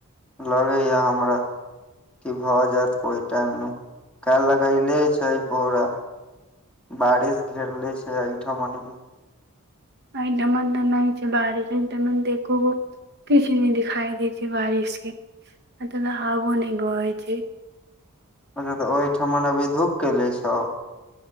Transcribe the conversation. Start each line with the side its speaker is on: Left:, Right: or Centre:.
Centre: लगैए हमरा कि भऽ जायत कोहि टाइम मे काल् लगैले छै पौरा बारिश घेरले छै आइ ठमन भी
Right: आइ ठमन तऽ नहि छै बारीश आइठम तो एकोगो किछ नहि दिखाई दै छै बारिश के ओतना हवो न बहै छै
Centre: अच्छा तऽ ओहिठमन अभी धूप कैले छौ